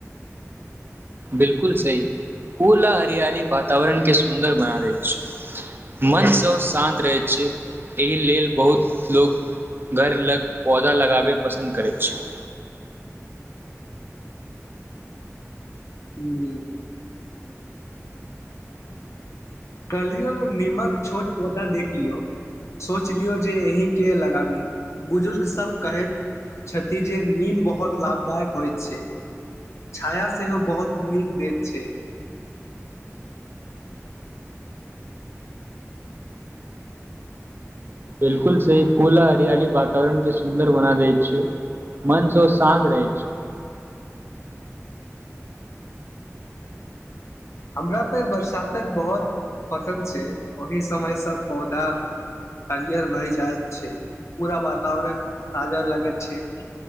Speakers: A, on the right (about 45°); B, on the left (about 65°).
A: बिलकुल सही फूला आ हरियाली वातावरण केँ सुन्दर बना दैत छैक मनसँ शान्त रहैत छैक एहि लेल बहुत लोको घर लग पौधा लगाबय पसन्द करैत छैक।
B: हू <inaudible> कलियम नीमक छोट पौधा देख लियौ सोच लियौ जे एहि केँ लगाबी बुजुर्ग सब कहैत छथि जे नीम बहुत लाभदायक होइत छैक छाया सेहो बहुत नीक देैत छैक
A: बिलकुल सही फूल आ हरियाली वातावरण केँ सुन्दर बना दैत छैक मन केँ शान्त बना दैत छैक
B: हमरा तऽ बरसात बहुत पसन्द छैक ओहि समयसँ पौधा हरियर बनि जाइत छैक पूरा वातावरण ताजा लगैत छैट